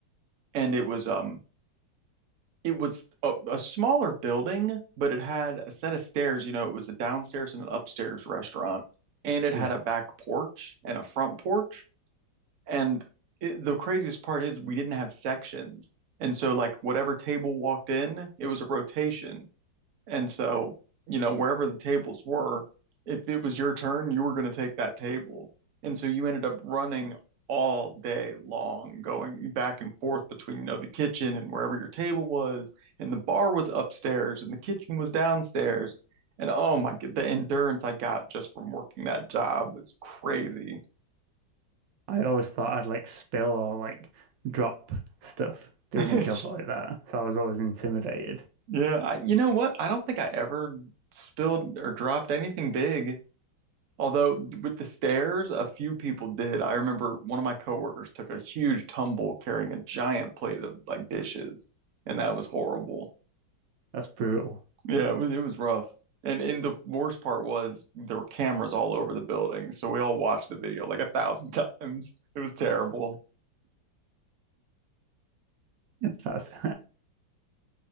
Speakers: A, on the right; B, on the right.
A: and it was um it was a, a smaller building, but it had a set of stairs. You know, it was a downstairs and an upstairs restaurant, and it
B: Yeah.
A: had a back porch and a front porch. And it, the craziest part is we didn't have sections. And so, like, whatever table walked in, it was a rotation. And so, you know, wherever the tables were, if it was your turn, you were going to take that table. And so you ended up running all day long, going back and forth between, you know, the kitchen and wherever your table was, and the bar was upstairs and the kitchen was downstairs. And oh my God, the endurance I got just from working that job was crazy.
B: I always thought I'd like spill or like drop stuff doing
A: <laughs>
B: a job like that. So I was always intimidated.
A: Yeah, I, you know what? I don't think I ever spilled or dropped anything big. Although with the stairs, a few people did. I remember one of my coworkers took a huge tumble carrying a giant plate of like dishes, and that was horrible.
B: That's brutal.
A: Yeah, it was it was rough. And and the worst part was there were cameras all over the building, so we all watched the video like a thousand <laughs> times. It was terrible.
B: <laughs> That's